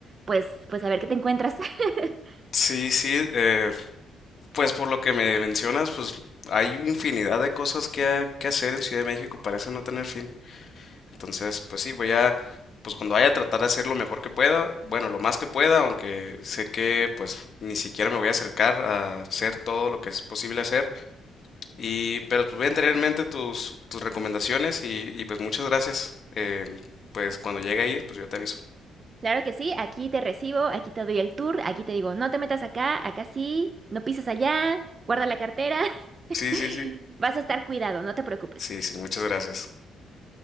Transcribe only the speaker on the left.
Sí, sí, eh, Pues por lo que me mencionas, pues hay infinidad de cosas que, ha- que hacer en Ciudad de México, parece no tener fin. Entonces, pues sí, voy a, pues cuando vaya a tratar de hacer lo mejor que pueda, bueno, lo más que pueda, aunque sé que pues ni siquiera me voy a acercar a hacer todo lo que es posible hacer. Y, pero pues voy a tener en mente tus, tus recomendaciones y, y, pues muchas gracias. Eh, pues cuando llegue a ir, pues yo te aviso.
Sí, sí, sí.
Sí, sí, muchas gracias.